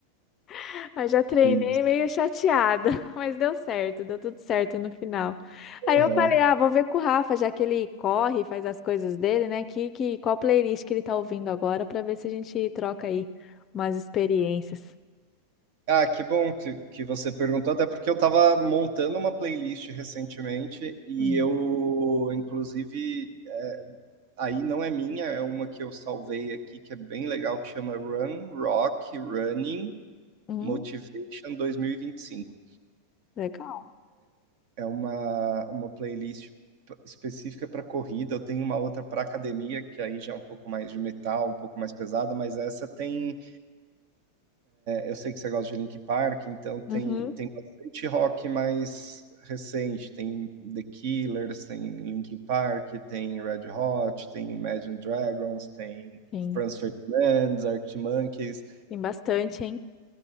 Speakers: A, on the left (about 30°); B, on the right (about 45°).
A: <laughs> Aí já treinei
B: Sim.
A: meio chateada, <laughs> mas deu certo, deu tudo certo no final.
B: Aham.
A: Aí eu falei, ah, vou ver com o Rafa, já que ele corre, faz as coisas dele, né? Que, que, qual playlist que ele tá ouvindo agora, pra ver se a gente troca aí umas experiências.
B: Ah, que bom que, que você perguntou, até porque eu estava montando uma playlist recentemente e
A: Hum,
B: eu, inclusive, aí não é minha, é uma que eu salvei aqui, que é bem legal, que chama Run, Rock, Running,
A: hum,
B: Motivation 2025.
A: legal.
B: É uma, uma playlist p- específica para corrida. Eu tenho uma outra para academia, que aí já é um pouco mais de metal, um pouco mais pesada, mas essa tem Eu sei que você gosta de Linkin Park, então tem,
A: Uhum.
B: tem bastante rock mais recente. Tem The Killers, tem Linkin Park, tem Red Hot, tem Imagine Dragons, tem
A: Sim,
B: Franz Ferdinand, Arctic Monkeys.
A: tem bastante, hein?